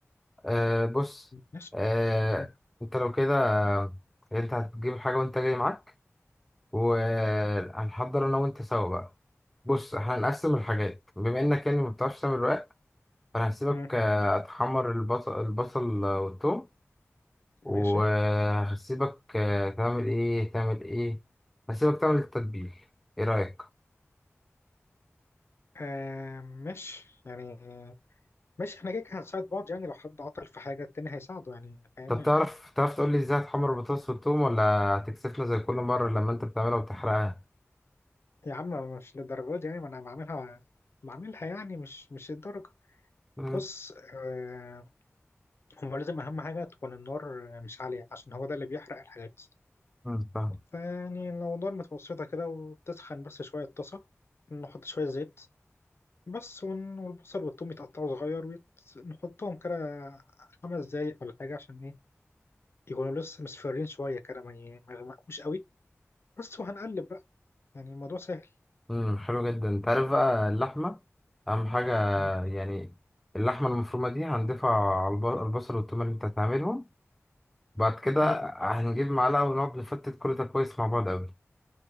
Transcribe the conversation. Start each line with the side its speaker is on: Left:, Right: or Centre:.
Centre: آه بص
Left: ماشي
Centre: آه
Left: مم.
Centre: انت لو كده آه، انت هتجيب الحاجة وانت جاي معاك وهنحضر انا وانت سوا بقى بص احنا هنقسم الحاجات بما انك يعني ما بتعرفش تعمل رقاق فانا هسيبك
Left: مم.
Centre: آه، اتحمر البصل البصل آه، والثوم وهسيبك
Left: ماشي
Centre: آه، تعمل ايه تعمل ايه هسيبك تعمل التتبيل ايه رأيك
Left: آه مش يعني مش احنا كده كده هنساعد بعض يعني لو حد عطل في حاجة التاني هيساعده يعني فاهم
Centre: طب
Left: يعني
Centre: تعرف تعرف تقول لي ازاي هتحمر البطاطس والثوم ولا هتكسفنا زي كل مرة لما انت بتعملها وتحرقها
Left: يا عم مش للدرجة دي يعني ما انا بعملها بعملها يعني مش مش الدرجة
Centre: امم
Left: بص آه هو لازم أهم حاجة تكون النار مش عالية عشان هو ده اللي بيحرق الحاجات
Centre: أمم، فاهم
Left: فيعني لو النار متوسطة كده وتسخن بس شوية الطاسة نحط شوية زيت بس ون- والبصل والثوم يتقطعوا صغير ونحطهم كده خمس دقايق ولا حاجة عشان ايه يكونوا لسه مصفرين شوية كده ما ي- ما يغمقوش قوي بس وهنقلب بقى يعني الموضوع سهل
Centre: امم حلو جدا انت عارف بقى اللحمة اهم حاجة
Left: مم.
Centre: يعني اللحمة المفرومة دي هنضيفها على الب- البصل والثوم اللي انت هتعملهم بعد كده
Left: مم.
Centre: هنجيب معلقة ونقعد نفتت كل ده كويس مع بعض قوي